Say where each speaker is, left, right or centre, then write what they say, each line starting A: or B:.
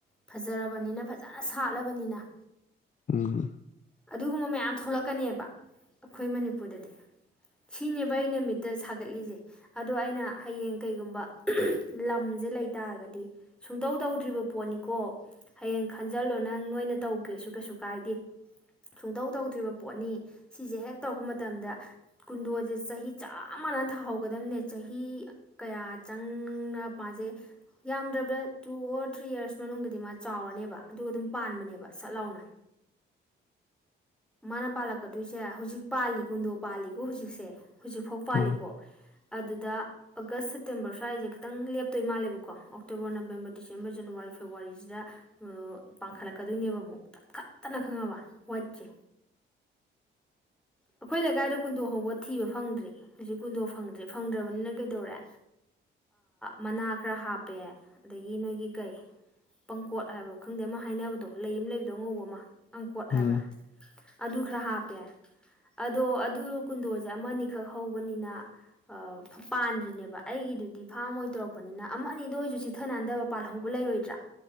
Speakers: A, in the centre; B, on the left (about 40°).
A: ꯐꯖꯔꯕꯅꯤꯅ ꯐꯖꯅ ꯁꯥꯠꯂꯕꯅꯤꯅ
B: ꯎꯝ
A: ꯑꯗꯨꯒꯨꯝꯕ ꯃꯌꯥꯝ ꯊꯣꯛꯂꯛ ꯀꯅꯦꯕ ꯑꯩꯈꯣꯏ ꯃꯅꯤꯄꯨꯔꯗꯗꯤ ꯁꯤꯅꯦꯕ ꯑꯩꯅ ꯃꯤꯠꯇꯁꯛ ꯒꯠꯂꯤꯁꯦ ꯑꯗꯣ ꯑꯩꯅ ꯍꯌꯦꯡ ꯀꯩꯒꯨꯝꯕ ꯂꯝꯁꯦ ꯂꯩꯇꯥꯔꯒꯗꯤ ꯁꯨꯡꯇꯧ ꯇꯧꯗ꯭ꯔꯤꯕ ꯄꯣꯠꯅꯤꯀꯣ ꯍꯌꯦꯡ ꯈꯟꯖꯜꯂꯣ ꯅꯪ ꯅꯣꯏꯅ ꯇꯧꯒꯦꯁꯨ ꯀꯩꯁꯨ ꯀꯥꯏꯗꯦ ꯁꯨꯡꯇꯧ ꯇꯧꯗ꯭ꯔꯤꯕ ꯄꯣꯠꯅꯤ ꯁꯤꯁꯦ ꯍꯦꯛ ꯇꯧꯔꯛꯄ ꯃꯇꯝꯗ ꯀꯨꯟꯗꯣꯁꯦ ꯆꯍꯤ ꯆꯥꯃ ꯆꯞ ꯃꯥꯟꯅ ꯊꯥꯍꯧꯒꯗꯝꯕꯅꯦ ꯆꯍꯤ ꯀꯌꯥ ꯆꯪꯅ ꯃꯥꯁꯦ ꯌꯥꯝꯗ꯭ꯔꯕꯗ ꯇꯨ ꯑꯣꯔ ꯊ꯭ꯔꯤ ꯌꯔꯁ ꯃꯅꯨꯡꯗꯗꯤ ꯃꯥ ꯆꯥꯎꯔꯅꯦꯕ ꯑꯗꯨꯒ ꯑꯗꯨꯝ ꯄꯥꯟꯕꯅꯦꯕ ꯁꯠ ꯂꯥꯎꯅ ꯃꯥꯅ ꯄꯥꯜꯂꯛꯀꯗꯣꯏꯁꯦ ꯍꯧꯖꯤꯛ ꯄꯥꯜꯂꯤ ꯀꯨꯟꯗꯣ ꯄꯥꯜꯂꯤꯀꯣ ꯍꯧꯖꯤꯛꯁꯦ ꯍꯧꯖꯤꯛꯐꯥꯎ ꯄꯥꯜꯂꯤ
B: ꯎꯝ
A: ꯑꯗꯨꯗ ꯑꯒꯁ ꯁꯦꯞꯇꯦꯝꯕꯔ ꯁꯋꯥꯏꯁꯦ ꯈꯤꯇꯪ ꯂꯦꯞꯇꯣꯏ ꯃꯥꯜꯂꯦꯕꯀꯣ ꯑꯣꯛꯇꯣꯕꯔ ꯅꯕꯦꯝꯕꯔ ꯗꯤꯁꯦꯝꯕꯔ ꯖꯅꯋꯥꯔꯤ ꯐꯦꯕꯋꯥꯔꯤꯁꯤꯗ ꯄꯥꯡꯈꯠꯂꯛꯀꯗꯣꯏꯅꯦꯕ ꯑꯃꯨꯛ ꯈꯤꯇꯪ ꯈꯠꯇꯅ ꯈꯪꯉꯕ ꯋꯥꯏꯠꯁꯦ ꯑꯩꯈꯣꯏ ꯂꯩꯀꯥꯏꯗ ꯀꯨꯟꯗꯣ ꯍꯧꯕ ꯊꯤꯕ ꯐꯪꯗ꯭ꯔꯤ ꯍꯧꯖꯤꯛ ꯀꯨꯟꯗꯣ ꯐꯪꯗ꯭ꯔꯦ ꯐꯪꯗ꯭ꯔꯕꯅꯤꯅ ꯀꯩꯗꯧꯔꯦ ꯃꯅꯥ ꯈꯔ ꯍꯥꯞꯄꯦ ꯑꯗꯒꯤ ꯅꯣꯏꯒꯤ ꯀꯩ ꯄꯪꯀꯣꯠ ꯍꯥꯏꯕ꯭ꯔ ꯈꯪꯗꯦ ꯑꯃ ꯍꯥꯏꯅꯕꯗꯣ ꯂꯩ ꯑꯃ ꯂꯩꯕꯗꯣ ꯑꯉꯧꯕ ꯑꯃ ꯑꯪꯀꯣꯠ ꯍꯥꯏꯕ꯭ꯔꯥ
B: ꯎꯝ
A: ꯑꯗꯨ ꯈꯔ ꯍꯥꯞꯄꯦ ꯑꯗꯣ ꯑꯗꯨ ꯀꯨꯟꯗꯣꯁꯦ ꯑꯃꯅꯤꯈꯛ ꯍꯧꯕꯅꯤꯅ ꯄꯥꯟꯗ꯭ꯔꯤꯅꯦꯕ ꯑꯩꯒꯤꯗꯨꯗꯤ ꯐꯥꯝ ꯑꯣꯏꯅ ꯇꯧꯔꯛꯄꯅꯤꯅ ꯑꯃ ꯑꯅꯤꯗꯣ ꯑꯩꯁꯨ ꯆꯤꯊꯅꯥꯟꯊꯕ ꯄꯥꯜꯍꯧꯕ ꯂꯩꯔꯣꯏꯗ꯭ꯔꯥ